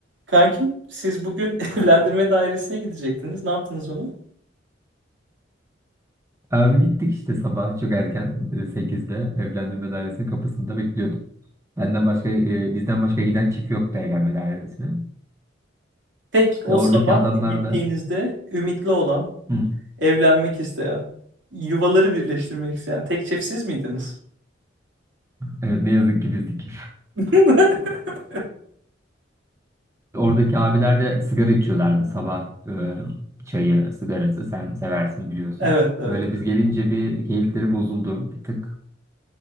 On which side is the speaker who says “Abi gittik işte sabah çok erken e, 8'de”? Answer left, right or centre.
Right